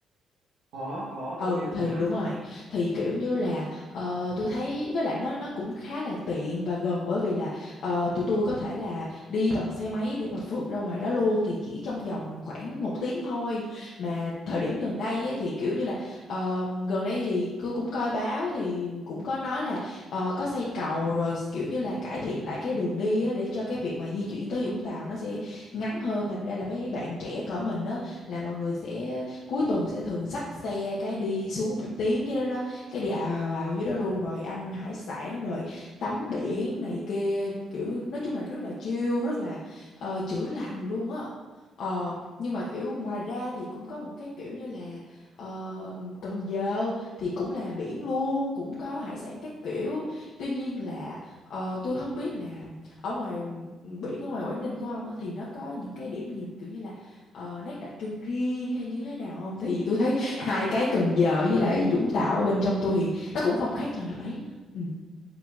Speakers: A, on the right; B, on the left.
A: có có
B: ừ
A: tôi nghe rồi
B: thì
A: á
B: đúng rồi thì kiểu như là ờ, tôi thấy với lại nó nó cũng khá là tiện và gần bởi vì là ờ, tụi tôi có thể là đi bằng xe máy để mà phượt ra ngoài đó luôn thì chỉ trong vòng khoảng một tiếng thôi mà thời điểm gần đây á, thì kiểu như là ờ, gần đây thì tôi cũng coi báo thì cũng có nói là ờ, có xây cầu rồi kiểu như là cải thiện lại cái đường đi á, để cho cái việc mà di chuyển tới Vũng Tàu nó sẽ ngắn hơn thành ra là mấy bạn trẻ cỡ mình á là mọi người sẽ cuối tuần sẽ thường xách xe cái đi xuống một tiếng dưới đó đó cái đi ào ào ào dưới đó luôn rồi ăn hải sản rồi tắm biển này kia kiểu nói chung là rất là chill rất là ờ, chữa lành luôn á Ờ, nhưng mà kiểu ngoài ra thì cũng có một cái kiểu như là ờ, Cần Giờ thì cũng là biển luôn, cũng có hải sản các kiểu. Tuy nhiên là ờ, tôi không biết là ở ngoài biển ở ngoài Quảng Ninh của ông á thì nó có những cái điểm gì kiểu như là ờ, nét đặc trưng riêng hay như thế nào không? Thì tôi thấy hai cái Cần Giờ với lại Vũng Tàu ở bên trong tôi thì nó cũng không khác nhau là mấy. Ừ.